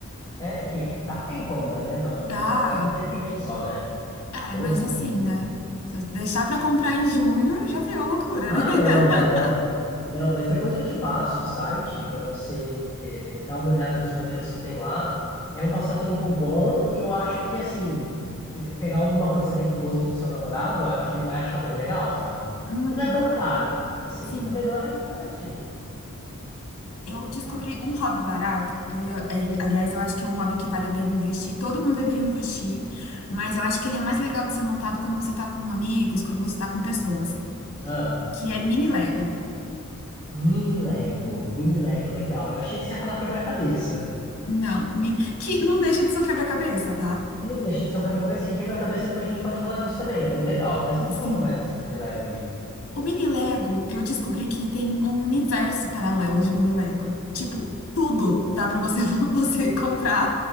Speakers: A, on the left (about 15°); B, on the left (about 70°).
A: É que dá tempo ainda, né? Namor-
B: Dá.
A: Dia dos Namorados é mês que vem só, né?
B: É,
A: doze
B: mas assim,
A: de junho.
B: né? Se eu deixar pra comprar em junho, já virou loucura,
A: Ah,
B: né? <laughs>
A: não, não. Não, mas depois eu te passo o site para você eh, dar uma olhada nos modelos que tem lá. É um passatempo bom e eu acho que, assim, pe- pegar alguma coisa que é do gosto do seu namorado, eu acho que ele vai achar bem legal, sabe?
B: Uhum,
A: E não é tão caro, assim,
B: sim.
A: mas também não é baratinho.
B: Eu descobri
A: <laughs>
B: um hobby barato. Eu, ia- eh, aliás, eu acho que é um hobby que vale a pena investir. Todo mundo deveria investir, mas eu acho que ele é mais legal de ser montado quando você tá com amigos, quando você tá com pessoas,
A: Ah,
B: que é mini Lego.
A: mini Lego, mini Lego, legal. Eu achei que você ia falar quebra-cabeça.
B: Não, mini- que não deixa de ser um quebra-cabeça, tá?
A: E não deixa de ser um quebra-cabeça. E quebra-cabeça depois a gente pode falar disso também, é bem legal. Mas me
B: Sim.
A: conta mais desse mini Lego aí.
B: O mini Lego, eu descobri que tem um universo paralelo de mini Lego. Tipo, tudo dá pra você <laughs> você comprar